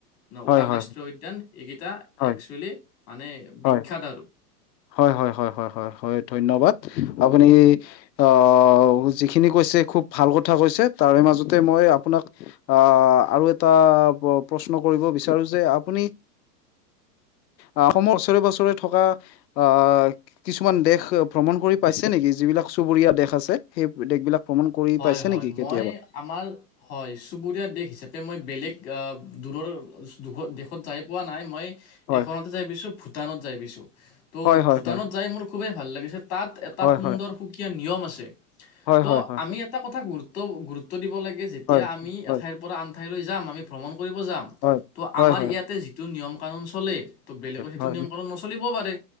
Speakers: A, on the left (about 30°); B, on the left (about 85°).
A: ন
B: হয়,
A: ওৰাং
B: হয়,
A: ৰাষ্ট্ৰীয় উদ্যান এইকেইটা
B: হয়, হয়,
A: একচুৱেলি মানে বিখ্যাত
B: হয়।
A: আৰু।
B: হয় হয় হয় হয় হয় হয় ধন্যবাদ আপুনি আহ যিখিনি কৈছে খুব ভাল কথা কৈছে তাৰে মাজতে মই আপোনাক আহ আৰু এটা প প্ৰশ্ন কৰিব বিচাৰো যে আপুনি আহ অসমৰ ওচৰে পাছৰে থকা আহ কি কিছুমান দেশ ভ্ৰমণ কৰি পাইছে নেকি যিবিলাক চুবুৰীয়া দেশ আছে সেইব দেশবিলাক। ভ্ৰমণ কৰি
A: হয়
B: পাইছে
A: হয়
B: নেকি কেতিয়াবা
A: মই আমাৰ হয়। চুবুৰীয়া দেশ হিচাপে মই বেলেগ আ দূৰৰ দোশ দেশত যাই পোৱা নাই মই
B: হয়
A: এইখনতে যাই পাইছো ভূত টানত যাই পাইছো ত'
B: হয় হয়
A: ভূটানত
B: হয়
A: যাই মোৰ খুবেই ভাল লাগিছে তাত এটাু
B: হয়
A: সুন্দৰ
B: হয়
A: হো কীয়া নিয়ম আছে
B: হয়
A: ত'
B: হয় হয়
A: আমি এটা কথা গুৰ ত্ব গুৰুত্ব দিব লাগে যেতিয়া
B: হয়
A: আমি
B: হয়
A: এঠাইৰ পৰা আন ঠাইলৈ যাম আমি ভ্ৰমণ কৰিব যাম
B: হয়
A: ত'
B: হয়
A: আমাৰ
B: হয়
A: ইয়াতে
B: হয়
A: যি- টো নিয়ম কানুন চলে ত বেলেগত সেইটো
B: হয় হয়
A: নিয়ম কানুন নচলিব ও পাৰে